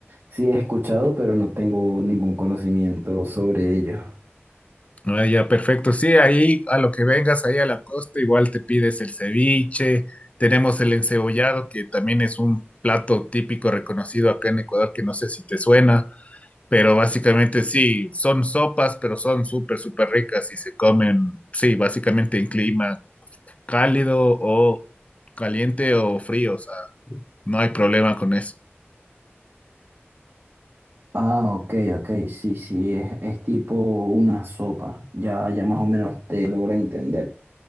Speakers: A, on the right; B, on the left.
A: sí he escuchado, pero no tengo ningún conocimiento sobre ello.
B: Ah, ya, perfecto. Sí, ahí a lo que vengas, ahí a la costa, igual te pides el ceviche, tenemos el encebollado, que también es un plato típico reconocido acá en Ecuador, que no sé si te suena, pero básicamente sí, son sopas, pero son súper, súper ricas y se comen, sí, básicamente en clima cálido o caliente o frío, o sea, no hay problema con eso.
A: Ah, ok, ok, sí, sí, es, es tipo una sopa, ya, ya más o menos te logro entender.